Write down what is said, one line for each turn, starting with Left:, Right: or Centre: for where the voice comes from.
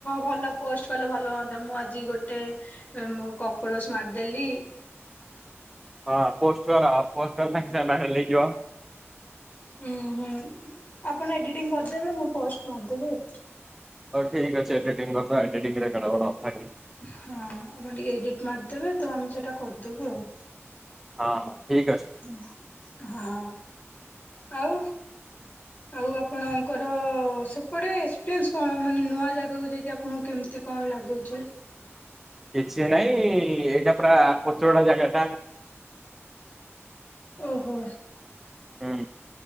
Left: ଭଲ ପୋଷ୍ଟ କଲେ ଭଲ ହୁଅଁନ୍ତା। ମୁଁ ଆଜି ଗୋଟେ ଉଁ କକ୍ରୋଚ ମାରିଦେଲି।
Centre: ହଁ ପୋଷ୍ଟ କର। ପୋଷ୍ଟ କଲେ <unintelligible>
Left: ଉଁ ହୁଁ ଆପଣ ଏଡିଟିଂ କରିଦେବେ ମୁଁ ପୋଷ୍ଟ ମାରିଦେବି ଆଉ।
Centre: ଠିକ ଅଛି ଏଡିଟିଂ କଥା। ଏଡିଟିଂରେ <unintelligible>
Left: ହଁ ଆପଣ ଟିକେ ଏଡିଟ୍ ମାରିଦେବେ ତ ଆମେ ସେଟା କରିଦବୁ ଆଉ।
Centre: ହଁ ଠିକ୍
Left: ହଁ। ଆଉ। ଆଉ ଆପଣ କର ସେପଟେ ଫିଲ୍ସ କଣ? ମାନେ ନୂଆ ଜାଗାକୁ ଯାଇକି ଆପଣଙ୍କୁ କେମତି କଣ ଲାଗୁଛି।
Centre: କିଛି ନାଇଁ। ଏ ଏଇଟା ପରା ଚୋଉଡା ଜାଗଟା।
Left: ଓହୋ।
Centre: ହୁଁ।